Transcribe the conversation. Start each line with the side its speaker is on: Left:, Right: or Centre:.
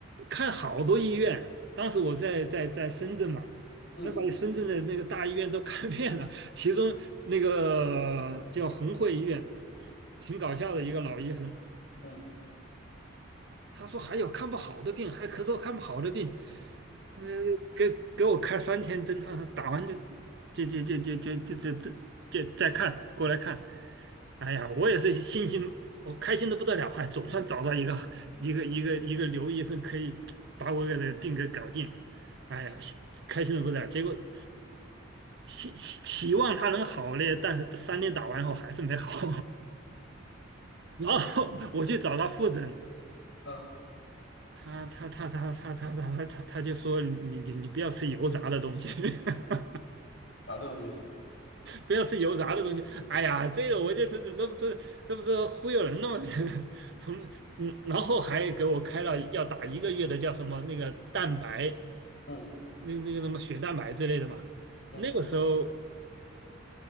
Right: 看好多医院，当时我在在在深圳嘛，
Left: 嗯
Right: 那把深圳的那个大医院都 <laughs> 看遍了，其中那个叫红会医院，挺搞笑的一个老医生，
Left: 嗯
Right: 他说还有看不好的病，还咳嗽看不好的病，嗯，给给我开三天灯他说打完就就就就就就就就就就再看过来看。哎呀，我也是信心，我开心的不得了，还总算找到一个一个一个一个刘医生可以把我给的病给搞定。哎呀，心开心的不得了。结果期期期望他能好嘞，但是三天打完后还是没好。<laughs> 然后我去找他复诊，
Left: 嗯，
Right: 他他他他他他他他他就说你你你不要吃油炸的东西。<laughs>
Left: 啥的东西？
Right: 不要吃油炸的东西。哎呀，这个我觉得这这这不是这不是忽悠人的吗？<laughs> 从嗯，然后还给我开了要打一个月的叫什么那个蛋白，
Left: 嗯
Right: 那那个什么血蛋白之类的嘛。
Left: 嗯
Right: 那个时候